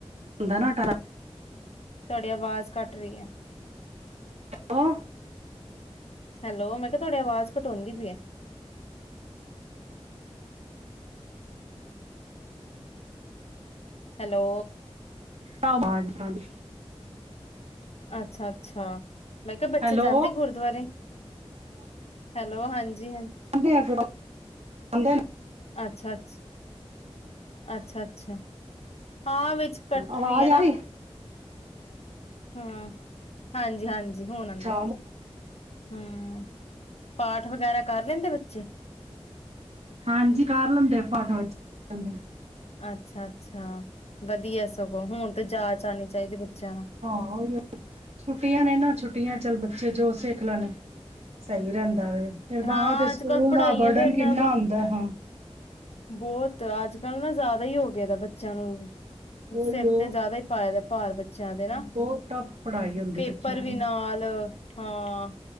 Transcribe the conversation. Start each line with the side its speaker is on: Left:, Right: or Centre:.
Right: ਹੁੰਦਾ ਨਾ ਅਠਾਰਹ
Left: ਤੁਹਾਡੀ ਆਵਾਜ਼ ਕਟ ਰਹੀ ਹੈ
Right: ਹੈਲੋ
Left: ਹੈਲੋ ਮੈਂ ਕਿਹਾ ਤੁਹਾਡੀ ਆਵਾਜ਼ ਕਟਉਦੀ ਪਈ ਹੈ ਹੈਲੋ
Right: ਆਵਾਜ਼ ਤੁਹਾਡੀ
Left: ਅੱਛਾ ਅੱਛਾ ਮੈਂ ਕਿਹਾ ਬੱਚੇ
Right: ਹੈਲੋ
Left: ਜਾਂਦੇ ਗੁਰਦੁਆਰੇ ਹੈਲੋ ਹਾਂਜੀ ਹਾਂਜੀ
Right: ਆਣ ਦੇਯਾ ਕਰੋ, ਆਂਦੇ ਨ
Left: ਅੱਛਾ ਅੱਛਾ ਅੱਛਾ ਅੱਛਾ ਹਾਂ ਵਿੱਚ ਕੱਟ
Right: ਆਵਾਜ਼
Left: ਰੀ ਹੈ ਨਾ
Right: ਆ ਰਹੀ
Left: ਹੂ ਹਾਂਜੀ ਹਾਂਜੀ ਹੁਣ ਆਂਦੀ
Right: ਅੱਛਾ
Left: ਪਈ ਹੈ ਹੂ ਪਾਠ ਵਗੈਰਾ ਕਰ ਲੈਂਦੇ ਬੱਚੇ
Right: ਹਾਂਜੀ ਕਰ ਲੈਂਦੇ ਪਾਠ ਬੱਚੇ
Left: ਅੱਛਾ ਅੱਛਾ ਵਧੀਆ ਸਗੋਂ ਹੁਣ ਤੇ ਜਾਚ ਆਨੀ ਚਾਹੀਦੀ ਬੱਚਿਆਂ ਨੂੰ
Right: ਉਹੀ ਛੁੱਟੀਆਂ ਨੇ ਨਾ ਛੁੱਟੀਆਂ ਚੱਲ ਬੱਚੇ ਜੋ ਸਿੱਖ ਲੈਣ ਸਹੀ ਰਹਿੰਦੇ ਫਿਰ ਬਾਅਦ
Left: ਹਾਂ
Right: ਚ ਸਕੂਲ
Left: ਅੱਜ ਕੱਲ੍ਹ ਪੜ੍ਹਾਈਆਂ
Right: ਦਾ ਬਰਡਨ
Left: ਇੰਨਾ
Right: ਕਿੰਨਾ ਹੁੰਦਾ ਹਾਂ
Left: ਬਹੁਤ ਅੱਜ ਕੱਲ ਨਾ ਜ਼ਿਆਦਾ ਹੀ ਹੋ ਗਏ ਦਾ ਬੱਚਿਆਂ ਨੂੰ
Right: ਉਹੀ
Left: ਸਿਰ
Right: ਉਹ
Left: ਤੇ ਜ਼ਿਆਦਾ ਹੀ ਪਾਏ ਦਾ ਭਾਰ ਬੱਚਾ ਬੱਚਿਆਂ ਦੇ ਨਾ
Right: ਬਹੁਤ ਟਫ ਪੜ੍ਹਾਈ ਹੁੰਦੀ
Left: ਪੇਪਰ
Right: ਬੱਚਿਆਂ
Left: ਵੀ
Right: ਦੀ
Left: ਨਾਲ ਹਾਂ